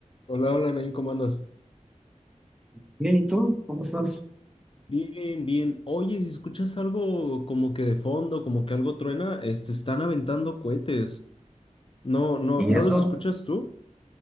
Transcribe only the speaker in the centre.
Bien, ¿y tú? ¿Cómo estás?
¿Y
eso?